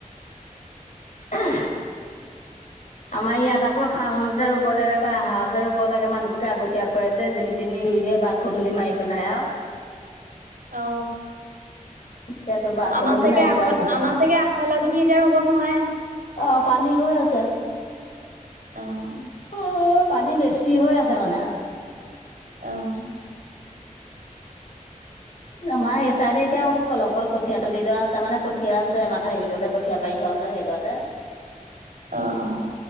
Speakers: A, on the left (about 60°); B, on the right (about 80°).
A: <unintelligible> আমাৰ ইয়াত আকৌ শাওণতে ৰুব লাগে বা আহাৰতে ৰুব লাগে মানুহবোৰে আগতীয়াকৈ যেনি তেনি ৰুই দিয়ে বাট। পদূলি মাৰি পেলাই আও।
B: অঁ।
A: এতিয়াতো বাট
B: আমাৰ
A: পদূলি
B: চগে,
A: নাইকিয়া
B: আগফাল
A: যতে
B: আমাৰ চগে আগফালৰ খিনি এতিয়া ৰুব নোৱাৰে।
A: অ', পানী হৈ আছে।
B: অ'।
A: মোৰ, পানী বেছি হৈ আছে মানে।
B: অ'।
A: আমাৰ এই চাইদে এতিয়া হৈ গ'ল অকল কঠিয়া তলি ডৰা আছে, মানে কঠীয়া আছে মাথাওৰিটোলৈ কঠীয়া পাৰি থোৱা আছে সেইদৰাতে।
B: আহ আহ।